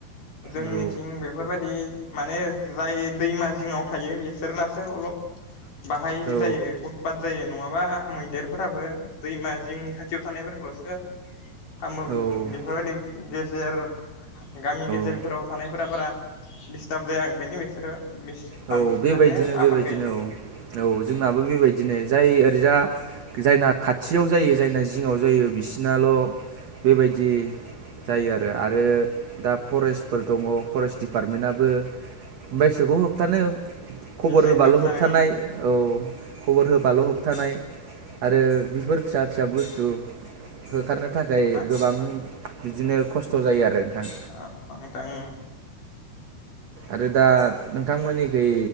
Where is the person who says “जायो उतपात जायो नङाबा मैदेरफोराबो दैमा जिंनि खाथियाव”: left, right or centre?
Left